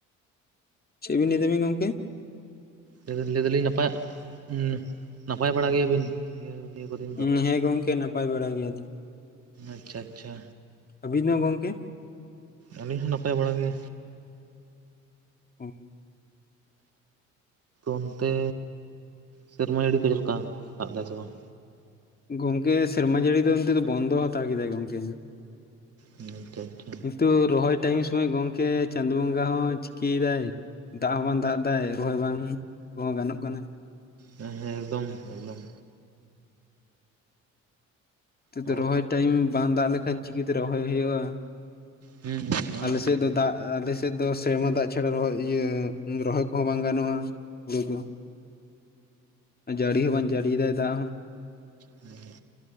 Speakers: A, on the left (about 20°); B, on the right (about 35°).
A: ᱪᱮᱫ ᱵᱤᱱ ᱞᱟᱹᱭᱤᱫᱟ ᱵᱤᱱ ᱜᱚᱝᱠᱮ?
B: ᱞᱟᱹᱭᱫᱟᱞᱤᱧ ᱞᱟᱹᱭᱫᱟᱞᱤᱧ ᱱᱟᱯᱟ ᱩᱸ ᱱᱟᱯᱟᱭ ᱵᱟᱲᱟ ᱜᱮᱭᱟᱵᱤᱱ? ᱱᱤᱭᱟᱹ ᱱᱤᱭᱟᱹ ᱠᱚᱫᱤᱱ
A: ᱩᱸ ᱦᱮᱸ ᱜᱚᱝᱠᱮ ᱱᱟᱯᱟᱭ ᱵᱟᱲᱟ ᱜᱮᱭᱟᱞᱤᱧ᱾
B: ᱟᱪᱪᱷᱟ ᱟᱪᱪᱷᱟ᱾
A: ᱟᱹᱵᱤᱱ ᱫᱚ ᱜᱚᱝᱠᱮ?
B: ᱟᱹᱞᱤᱧ ᱦᱚᱸ ᱱᱟᱯᱟᱭ ᱵᱟᱲᱟ ᱜᱮ᱾
A: ᱦᱮᱸ
B: ᱚᱱᱛᱮ ᱥᱮᱨᱢᱟ ᱡᱟᱹᱰᱤ ᱠᱚ ᱪᱮᱞᱮᱠᱟ? ᱫᱟᱜ ᱫᱟᱭ ᱥᱮ ᱵᱟᱝ?
A: ᱜᱚᱝᱠᱮ ᱥᱮᱨᱢᱟ ᱡᱟᱹᱲᱤ ᱫᱚ ᱱᱤᱛ ᱫᱚ ᱵᱚᱱᱫᱚ ᱦᱟᱛᱟᱣ ᱠᱮᱫᱟᱭ ᱜᱚᱝᱠᱮ᱾
B: ᱦᱳᱭ ᱛᱚ ᱟᱪᱪᱷᱟ᱾
A: ᱠᱤᱱᱛᱩ ᱨᱚᱦᱚᱭ ᱴᱟᱭᱤᱢ ᱥᱚᱢᱚᱭ ᱜᱚᱢᱠᱮ ᱪᱟᱸᱫᱩ ᱵᱚᱸᱜᱟ ᱦᱚᱸ ᱪᱤᱠᱤᱭᱫᱟᱭ ᱫᱟᱜ ᱦᱚᱸ ᱵᱟᱝ ᱫᱟᱜ ᱫᱟᱭ ᱨᱚᱦᱚᱭ ᱵᱟᱝ ᱠᱚᱦᱚᱸ ᱜᱟᱱᱚᱜ ᱠᱟᱱᱟ,
B: ᱦᱮᱸ ᱦᱮᱸ ᱮᱠᱫᱚᱢ ᱮᱠᱫᱚᱢ᱾
A: ᱛᱤᱛ ᱫᱚ
B: ᱟᱵᱚ
A: ᱨᱚᱦᱚᱭ ᱴᱟᱭᱤᱢ ᱵᱟᱝ ᱫᱟᱜ ᱞᱮᱠᱷᱟᱱ ᱪᱤᱠᱟᱹᱛᱮ ᱨᱚᱦᱚᱭ ᱦᱩᱭᱩᱜᱼᱟ᱾
B: ᱦᱩᱸ ᱦᱩᱸ
A: ᱟᱞᱮ
B: ᱟᱨ
A: ᱥᱮᱫ ᱫᱚ ᱫᱟᱜ ᱟᱞᱮᱥᱮᱫ ᱫᱚ ᱥᱮᱨᱢᱟ ᱫᱟᱜ ᱪᱷᱟᱲᱟ ᱨᱚᱦᱚᱭ ᱤᱭᱟᱹ ᱨᱚᱦᱚᱭ ᱠᱚᱦᱚᱸ ᱵᱟᱝ ᱜᱟᱱᱚᱜᱼᱟ ᱦᱩᱲᱩ ᱫᱚ, ᱡᱟᱹᱲᱤ ᱦᱚᱸ ᱵᱟᱝ ᱡᱟᱹᱲᱤ ᱫᱟᱭ ᱫᱟᱜ ᱦᱚᱸ᱾
B: ᱦᱮᱸ